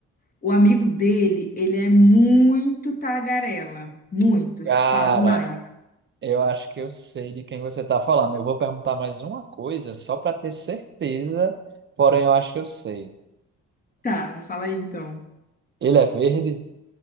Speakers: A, on the left (about 30°); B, on the right (about 40°).
A: O amigo dele, ele é muito tagarela. Muito.
B: cara,
A: Tipo, fala demais.
B: eu acho que eu sei de quem você tá falando. Eu vou perguntar mais uma coisa só pra ter certeza, porém eu acho que eu sei.
A: Tá, fala aí então.
B: Ele é verde?